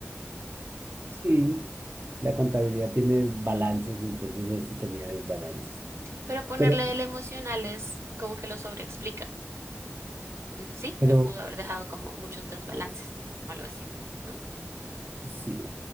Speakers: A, on the right; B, on the right.
A: Sí, la contabilidad tiene balances, y entonces él sí tenía desbalances.
B: Pero ponerle
A: Pero,
B: el emocional es como que lo sobreexplica. Y Sí,
A: pero
B: lo pudo haber dejado como muchos desbalances o algo así, ¿no?
A: sí.